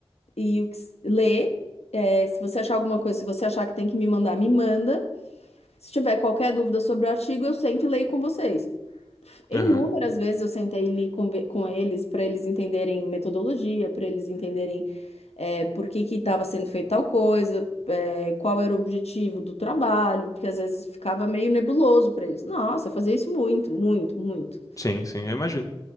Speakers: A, on the left; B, on the left.
A: e o que s- lê. é, se você achar alguma coisa, se você achar que tem que me mandar, me manda. Se tiver qualquer dúvida sobre o artigo, eu sento e leio com vocês. Inúmeras
B: aham.
A: vezes eu sentei ali com, com eles para eles entenderem metodologia, para eles entenderem é, por que que estava sendo feita tal coisa, é, qual era o objetivo do trabalho, porque às vezes ficava meio nebuloso para eles. Nossa, eu fazia isso muito, muito, muito.
B: Sim, sim, eu imagino.